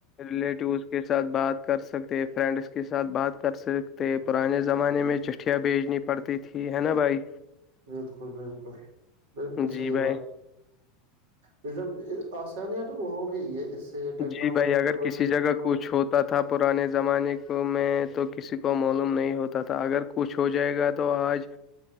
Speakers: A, on the left; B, on the right.
A: ریلیٹیوس کے ساتھ بات کر سکتے فرینڈس کے ساتھ بات کر سکتے پرانے زمانے میں چٹھیاں بھیجنی پڑتی تھی ہے نا بھائی
B: بالکل بالکل بالکل
A: جی
B: صحیح
A: بھائی
B: بات ب آسانیاں تو ہوگی ہے اس سے ٹیکنالوجی
A: جی بھائی اگر
B: کی وجہ
A: کسی
B: سے
A: جگہ
B: تو
A: کچھ ہو تو تھا پرانے زمانے میں تو کسی کو معلوم نہیں ہوتا تھا اگر کچھ ہو جائے گا تو آج